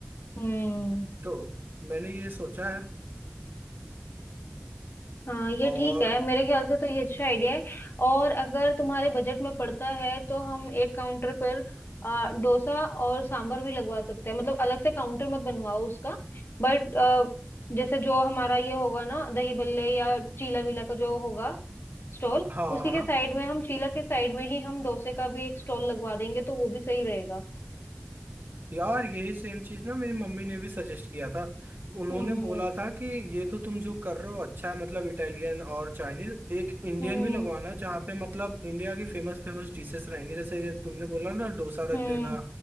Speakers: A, on the left; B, on the right.
A: हम्म
B: तो मैंने ये सोचा है
A: हाँ ये
B: और
A: ठीक है मेरे ख्याल से तो ये अच्छा आइडिया है और अगर तुम्हारे बजट में पड़ता है तो हम एक काउंटर पर आ, डोसा और सांभर भी लगवा सकते हैं मतलब अलग से काउंटर मत बनवाओ उसका बट जैसे जो हमारा ये होगा ना दही बल्ले या चीला वीला का जो होगा स्टॉल
B: हाँ
A: उसी
B: हाँ
A: के साइड में हम चीला के साइड में ही हम डोसे का भी एक स्टॉल लगवा देंगे तो वो भी सही रहेगा
B: यार यही सेम चीज ना मेरी मम्मी ने भी सजेस्ट किया था उन्होंने
A: हम्म
B: बोला था कि ये तो तुम जो कर रहे हो अच्छा है मतलब इटालियन और चाइनीज एक इंडियन
A: हम्म
B: भी लगवाना जहाँ पे मतलब इंडिया की फेमस फेमस डिशेस रहेंगी जैसे तुमने बोला ना डोसा
A: हम्म
B: रख देना